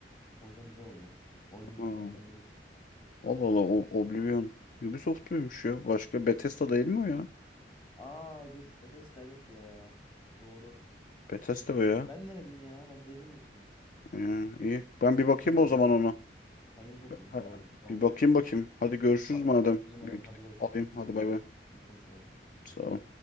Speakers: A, on the left; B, on the left.
A: O yüzden güzel oluyor. Oyunu
B: Aa.
A: renklendiriyorsun.
B: Allah Allah o Oblivion Ubisoft muymuş ya? Başka Bethesda değil mi o ya?
A: Aa dur. Bethesda evet ya. Doğru.
B: Bethesda
A: Bethesda.
B: o ya.
A: Ben ne dedim ya? Ben dediğimi unuttum.
B: Ee, iyi. Ben bir bakayım
A: Ubisoft dedim.
B: o zaman ona.
A: Ben Ubisoft dedim.
B: Ha,
A: Doğru. Tamam.
B: Bir bakayım bakayım. Hadi görüşürüz
A: Bak
B: madem.
A: bakalım. İyiyim adam.
B: Bir gidip
A: Hadi görüşürüz.
B: alayım.
A: Teşekkür
B: Hadi bay
A: ederim.
B: bay.
A: İyi konuşmaydı.
B: Sağ ol.